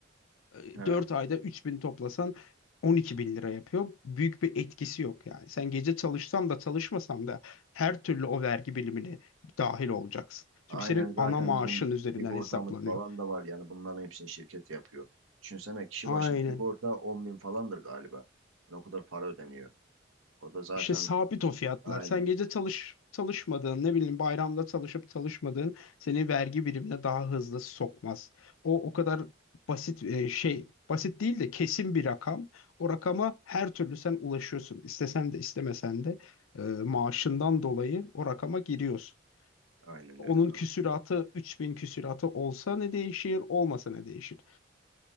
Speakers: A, on the left; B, on the right.
A: e,
B: He.
A: Dört ayda 3000 toplasan on iki bin lira yapıyor. Büyük bir etkisi yok yani. Sen gece çalışsan da çalışmasan da her türlü o vergi bilimine dahil olacaksın. Çünkü
B: Aynen
A: senin
B: zaten
A: ana maaşın
B: bizim
A: üzerinden
B: sigortamız
A: hesaplanıyor.
B: falan da var yani bunların hepsini şirket yapıyor. Düşünsene kişi
A: Aynen.
B: başı sigorta 10 bin falandır galiba. Yani o kadar para ödeniyor. O da zaten
A: İşte sabit o fiyatlar.
B: aynen
A: Sen gece çalış çalışmadığın, ne bileyim bayramda çalışıp çalışmadığın seni vergi birimine daha hızlı sokmaz. O o kadar basit e, şey, basit değil de kesin bir rakam. O rakama her türlü sen ulaşıyorsun. İstesen de istemesen de e, maaşından dolayı o rakama giriyorsun.
B: aynen
A: Onun
B: öyle
A: küsuratı 3000 küsuratı olsa ne değişir, olmasa ne değişir?